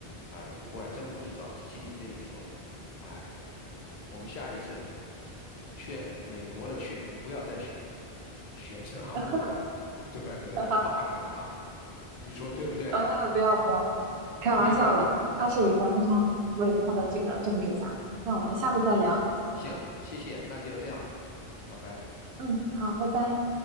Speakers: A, on the left; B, on the right.
A: 哎呀，我还真不知道，听听你这一说，哎，我们下一次劝美国的选民不要再选选特朗普了，
B: <laughs>
A: 对对对，
B: 呃
A: 罢免他，你说对不对？
B: 呃，不要不要，开玩笑了，
A: 推翻他啊啊
B: 他是一个非常伟大的这个政治家，那我们下次再聊，
A: 哦，行，谢谢，那就这样，拜拜。
B: 嗯，好，拜拜。